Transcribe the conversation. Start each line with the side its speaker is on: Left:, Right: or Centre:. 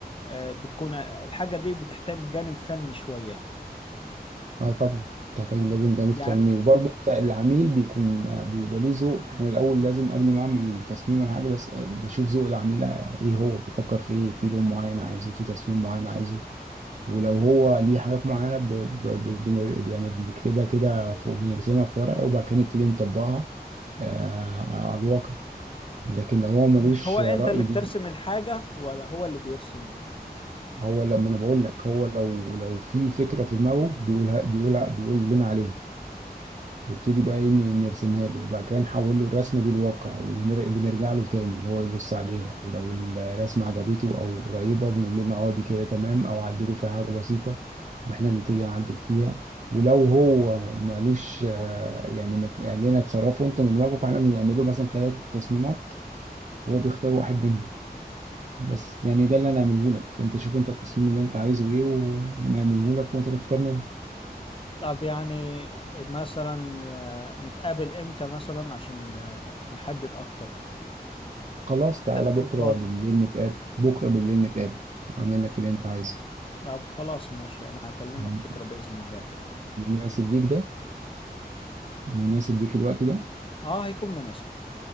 Left: آه، بتكون الحاجة دي بتحتاج جانب فني شوية
Right: اه طبعا تحتاج لازم جانب
Left: يعني
Right: فني وبرضه بتاع- العميل بيكون آه، بيبقى ليه ذوق احنا الاول لازم قبل ما اعمل التصميم ولا حاجه بس آه، بشوف ذوق العميل آه، ايه هو بيفكر في ايه في لون معين عايزه في تصميم معين عايزه ولو هو ليه حاجات معينه ب... ب... ب... بن- يعني بنكتبها كده فوق بنرسمها في ورقه وبعد كده نبتدي نطبقها آه على الواقع لكن لو هو ملوش
Left: مش هو انت
Right: رأي
Left: اللي
Right: بي-
Left: بترسم الحاجة ولا هو اللي بيرسم
Right: هو لما انا بقول لك هو لو لو في فكره في دماغه بيقولها بيقولها بيقول لنا عليها نبتدي بقى إيه ن- نرسمها له وبعد كده نحول له الرسمه دي لواقع وبنرجع له تاني هو يبص عليها ولو الرسمه عجبته او قريبه بنقول لنا اه دي كده تمام او عدلوا فيها حاجه بسيطه واحنا نبتدي نعدل فيها ولو هو مالوش آه، يعني ما ك- قال لنا اتصرفوا انتوا من دماغكم فاحنا بنعمل له مثلا ثلاث تصميمات وهو بيختار واحد منهم بس يعني ده اللي انا هعمله لك انت شوف انت التصميم اللي انت عايزه ايه ونعمله لك وانت تختار منه
Left: طب يعني مثلا آه، نتقابل امتى مثلا عشان آه، نحدد اكتر
Right: خلاص
Left: انت
Right: تعالى
Left: تكون
Right: بكرة
Left: فاضي
Right: بالليل نتقابل بكرة بالليل نتقابل أعمل لك اللي أنت عايزه
Left: طب خلاص ماشي انا هكلمك
Right: م-
Left: بكرة بإذن الله كده
Right: مناسب ليك ده مناسب ليك الوقت ده
Left: اه هيكون مناسب